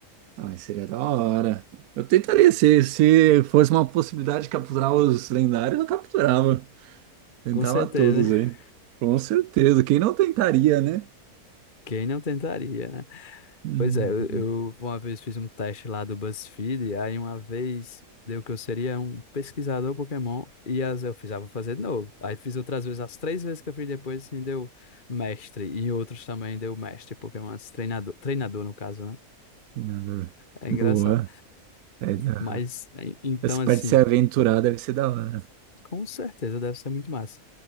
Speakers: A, on the right; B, on the left.
A: Ah, seria da hora. Eu tentaria, se, se fosse uma possibilidade de capturar os lendários, eu capturava. Tentava
B: Com certeza,
A: todos
B: <laughs>
A: aí. Com certeza. Quem não tentaria, né?
B: quem não tentaria, né?
A: Uhum.
B: Pois é, eu, eu uma vez fiz um teste lá do BuzzFeed, aí uma vez deu que eu seria um pesquisador Pokémon, e as eu fiz, ah, vou fazer de novo. Aí fiz outras vezes, as três vezes que eu fiz depois, assim, deu mestre, e em outros também deu mestre Pokémon, esse treinador, treinador no caso, né?
A: Treinador.
B: É engraçado.
A: Boa. É da-
B: Mas, en- então,
A: Essa
B: assim,
A: parte de se aventurar deve ser da hora.
B: com certeza deve ser muito massa.